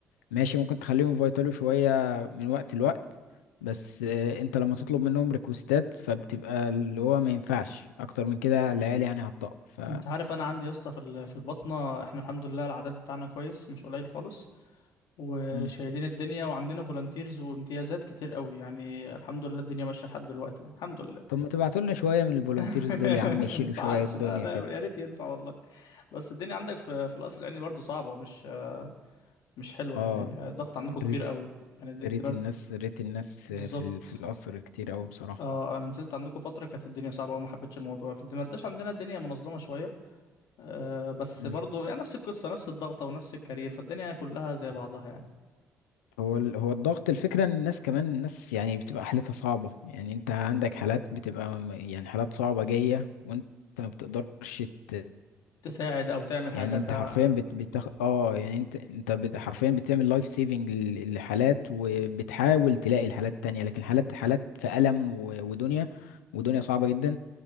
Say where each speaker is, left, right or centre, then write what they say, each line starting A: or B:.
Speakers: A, on the left (about 85°); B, on the left (about 70°).
A: ماشي ممكن تخليهم يفيتلوا شوية من وقت لوقت بس آه، انت لما تطلب منهم ريكوستات فبتبقى اللي هو ما ينفعش اكتر من كده العيال يعني هتطق ف
B: انت عارف انا عندي يا اسطى في ال- في البطنه احنا الحمد لله العدد بتاعنا كويس مش قليل خالص وشايلين
A: مم.
B: الدنيا وعندنا فولunteers وامتيازات كتير قوي يعني الحمد لله الدنيا ماشيه لحد دلوقتي يعني الحمد لله
A: طب ما تبعتولنا شوية من الفولunteers
B: <laughs>
A: دول يا عم يشيلوا
B: ما ينفعش
A: شوية الدنيا
B: لا لا
A: كده
B: يا ريت ينفع والله بس الدنيا عندك في في القصر العيني برضه صعبه مش مش حلوه
A: اه
B: يعني الضغط عندكم كبير
A: ريت
B: قوي يعني دي- الدمر
A: ريت الناس ريت الناس
B: بالظبط
A: آه، في ال... في القصر كتير اوي بصراحة
B: اه انا نزلت عندكم فتره كانت الدنيا صعبه وما حبيتش الموضوع في الدمرداش عندنا الدنيا منظمه شويه آه، بس
A: مم.
B: برضو يعني نفس القصة نفس الضغطة ونفس الكارير فالدنيا كلها زي بعضها يعني
A: هو ال... هو الضغط الفكرة ان الناس كمان الناس يعني بتبقى حالتها صعبة يعني انت عندك حالات بتبقى م- يعني حالات صعبة جاية وانت ما بتقدرش ت...
B: تساعد أو تعمل
A: يعني
B: حاجة
A: انت
B: تع...
A: حرفيا بت... بتخ... اه يعني انت انت بت... حرفيا بتعمل لايف سيفنج لحالات وبتحاول تلاقي الحالات التانية لكن حالات حالات في ألم و... ودنيا ودنيا صعبة جدا